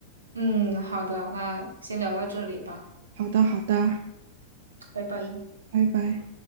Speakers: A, on the right; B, on the right.
A: 嗯，好的，那先聊到这里吧，
B: 好的好的，
A: 拜拜。
B: 拜拜。